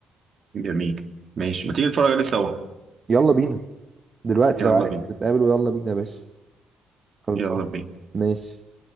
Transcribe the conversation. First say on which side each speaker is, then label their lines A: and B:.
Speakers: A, on the right; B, on the right.
A: جميل ماشي ما تيجي نتفرج عليه سوا
B: يلا بينا دلوقتي
A: يلا
B: لو عايز
A: بينا
B: نتقابل ويلا بينا يا باشا خلصان
A: يلا بينا
B: ماشي